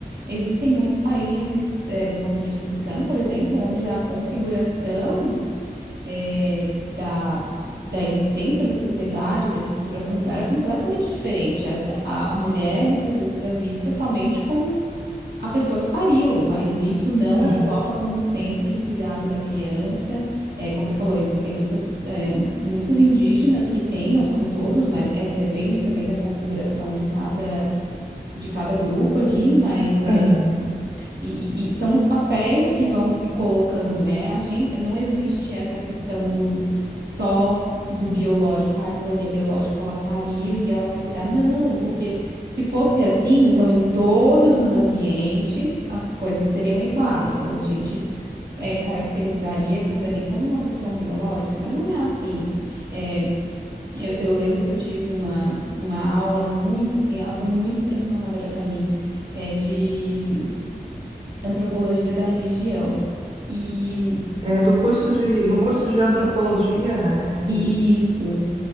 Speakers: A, on the right; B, on the right.
A: Existem muitos países eh, do continente africano, por exemplo, onde a configuração eh, da, da existência da sociedade, da estrutura familiar é completamente diferente. A, a, a mulher muitas vezes é vista somente como a pessoa que pariu, mas isso não
B: Aham,
A: a coloca como centro de cuidado da criança. É, como tu falou, existem muitas, é, muitos indígenas que têm, não são todos, mas é que depende também da configuração de cada de cada grupo ali, mas é,
B: aham.
A: e, e- e são os papéis que vão se colocando, né? A gente não existe essa questão do só do biológico, ah, aquilo ali é biológico, ela pariu e ela vai cuidar. Não, porque se fosse assim, então em todos os ambientes as coisas seriam iguais. Aí a gente é, caracterizaria aquilo dali como uma questão biológica, mas não é assim. É, eu, eu lembro que eu tive uma, uma aula muito, assim, ela foi muito transformadora para mim, é, de antropologia da religião. E
B: É do curso de, no curso de antropologia, né? Isso
A: isso.
B: aí.